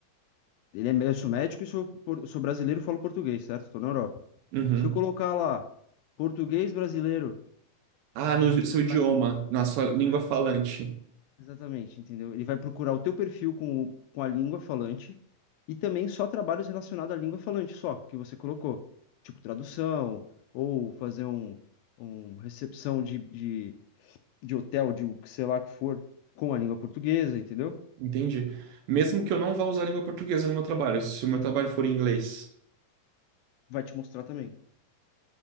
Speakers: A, on the left; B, on the right.
A: ele é, mé- eu sou médico e sou, por- sou brasileiro, falo português, certo? Estou na Europa.
B: Uhum.
A: Se eu colocar lá português brasileiro,
B: Ah, no
A: ele
B: seu idioma,
A: vai.
B: na sua língua
A: é,
B: falante.
A: Exatamente, entendeu? Ele vai procurar o teu perfil com, com a língua falante e também só trabalhos relacionados à língua falante, só, que você colocou. Tipo tradução, ou fazer um, um recepção de, de, de hotel, de o que sei lá que for, com a língua portuguesa, entendeu?
B: Entendi. Mesmo que eu não vá usar a língua portuguesa no meu trabalho, se o meu trabalho for em inglês.
A: Vai te mostrar também.